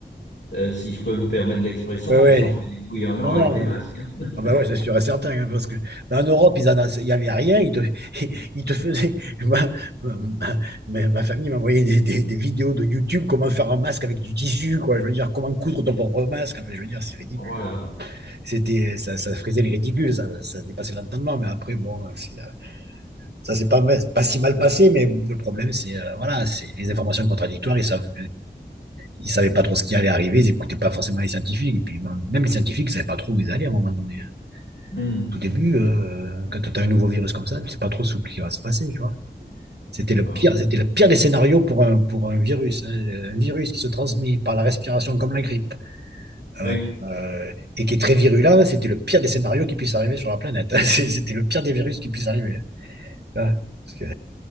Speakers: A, on the left (about 90°); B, on the right (about 65°).
A: euh, si je peux me permettre l'expression,
B: Ouais,
A: qui
B: ouais.
A: se sont fait des couilles en
B: Non,
A: or avec
B: non.
A: des masques.
B: ouais.
A: hein.
B: Ah bah
A: <laughs>
B: ouais, c'est sûr et certain. hein, parce que bah, en Europe, ils en a- il n'y avait rien. Ils te, <laughs> ils te faisaient. <laughs> Ma, ma- ma- ma famille m'envoyait des, des, des vidéos de YouTube, comment faire un masque avec du tissu, quoi. Je veux dire, comment coudre ton propre masque. Enfin, je veux dire, c'est ridicule.
A: Oh là là.
B: C'était, ça, ça frisait le ridicule. Ça, ça dépassait l'entendement. Mais après, bon, c'est. Ça s'est pas, mal- pas si mal passé, mais le problème, c'est euh, voilà, c'est les informations contradictoires. Ils savent, ils savaient pas trop ce qui allait arriver, ils n'écoutaient pas forcément les scientifiques. Et puis même même les scientifiques ne savaient pas trop où ils allaient à un moment donné. hein.
A: Hmm.
B: tout début, euh, quand tu as un nouveau virus comme ça, tu sais pas trop ce qui va se passer, tu vois. C'était le
A: Ah
B: pire,
A: oui.
B: c'était le pire des scénarios pour un, pour un virus. hein. Un virus qui se transmet par la respiration comme la grippe
A: Oui.
B: euh, euh, et qui est très virulent, c'était le pire des scénarios qui puisse arriver sur la planète. hein. <laughs> C'est- C'était le pire des virus qui puisse arriver. hein. tu vois. Parce que,